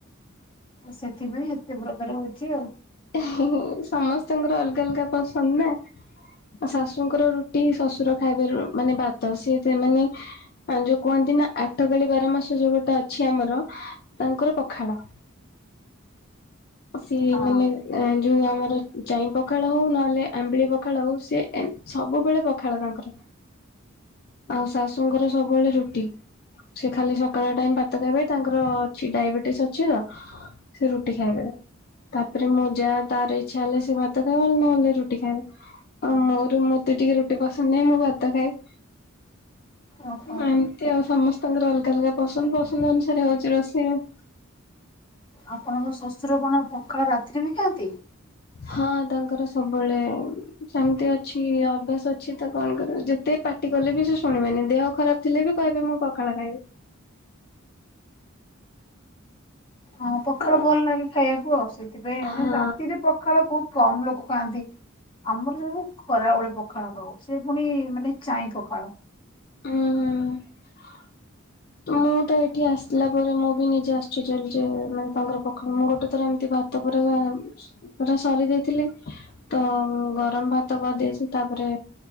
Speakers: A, on the left; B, on the left.
A: ସେଥିପାଇଁ ଏତେ ପ୍ରକାର ହଉଚି ଆଉ।
B: ହଁ ସମସ୍ତଙ୍କର ଅଲଗା ଅଲଗା ପସନ୍ଦ ନା। ଶାଶୁଙ୍କର ରୁଟି ଶ୍ୱଶୁର ଖାଇବେ ମାନେ ଭାତ ସିଏ ମାନେ ଯୋଉ କୁହନ୍ତି ନା ଆଠକାଳି ବାରମାସ ଯୋଉ ଗୋଟେ ଅଛି ଆମର ତାଙ୍କର ପଖାଳ। ସେଇ
A: ହଁ।
B: ମାନେ ଯୋଉ ଆମର ଚାଇଁ ପଖାଳ ହଉ ନହେଲେ ଆମ୍ବିଳି ପଖାଳ ହଉ ସେ ସବୁବେଳେ ପଖାଳ ତାଙ୍କର। ଆଉ ଶାଶୁଙ୍କର ସବୁବେଳେ ରୁଟି। ସେ ଖାଲି ସକାଳ ଟାଇମ ଭାତ ଖାଇବେ ତାଙ୍କର ଅଛି ଡାଇବେଟିସ ଅଛି ତ ସେ ରୁଟି ଖାଇବେ। ତାପରେ ମୋ ଜା ତାର ଇଚ୍ଛା ହେଲେ ସେ ଭାତ ଖାଇବ ନହେଲେ ରୁଟି ଖାଇବ। ଆଉ ମୋର ମୋତେ ଟିକେ ରୁଟି ପସନ୍ଦ ନାଇଁ ମୁଁ ଭାତ ଖାଏ।
A: ଓହୋ
B: ଏମତି ଆଉ ସମସ୍ତଙ୍କର ଅଲଗା ଅଲଗା ପସନ୍ଦ ପସନ୍ଦ ଅନୁସାରେ ହଉଛି ରୋଷେଇ ଆଉ।
A: ଆପଣଙ୍କ ଶ୍ୱଶୁର କଣ ପଖାଳ ରାତିରେ ବି ଖାଆନ୍ତି?
B: ହଁ ତାଙ୍କର ସବୁବେଳେ ସେମତି ଅଛି ଅଭ୍ୟାସ ଅଛି ତ କଣ କରିବେ ଯେତେ ପାଟି କଲେ ବି ସେ ଶୁଣିବେନି ଦେହ ଖରାପ ଥିଲେ ବି କହିବି ମୁଁ ପଖାଳ ଖାଇବି।
A: ହଁ ପଖାଳ
B: ଆଉ
A: ଭଲ ଲାଗେ ଖାଇବାକୁ ଆଉ ସେଥିପାଇଁ ଆଉ
B: ହଁ
A: କିନ୍ତୁ ରାତିରେ ପଖାଳ ବହୁତ କମ ଲୋକ ଖାଆନ୍ତି। ଆମର ସବୁ ଖରାବେଳେ ପଖାଳ ଖାଉ ସେ ପୁଣି ମାନେ ଚାଇଁ ପଖାଳ।
B: ଉଁ ହୁଁ। ମୁଁ ତ ଏଇଠି ଆସିଲା ପରେ ମୁଁ ବି ନିଜେ ଆଶ୍ଚର୍ଯ୍ୟ ହେଲି ଯେ ମାନେ ତାଙ୍କର ପଖାଳ ମୁଁ ଗୋଟେ ଥର ଏମିତି ଭା ତା ପରେ ପୂରା ସରେଇ ଦେଇଥିଲି ତ ଗରମ ଭାତ କରିଦେଇଛି ତାପରେ